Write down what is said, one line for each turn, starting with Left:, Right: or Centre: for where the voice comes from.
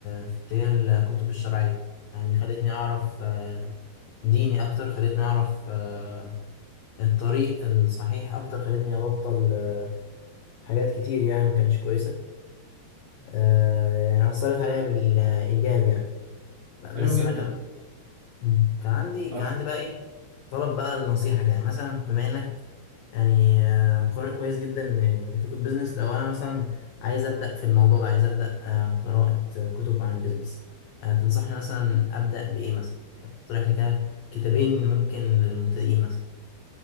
Left: في اتجاه الكتب الشرعية يعني خلتني أعرف آه، ديني أكتر خلتني أعرف آه، الطريق الصحيح أكتر خلتني أبطل آه، حاجات كتير يعني ما كانتش كويسة آه، يعني أثرت عليا بالإيجاب يعني بس
Right: حلو جدا
Left: أنا كان مم. كان عندي كان
Right: أر-
Left: عندي بقى ايه طلب بقى النصيحة كده يعني مثلا بما انك يعني آه، قارئ كويس جدا ل- لكتب بيزنس لو انا مثلا عايز ابدأ في الموضوع ده عايز ابدأ آه، قراءة آه، كتب عن البيزنس آه، تنصحني مثلا ابدأ بايه مثلا يعني تقترح لي كده كتابين ممكن للمبتدئين مثلا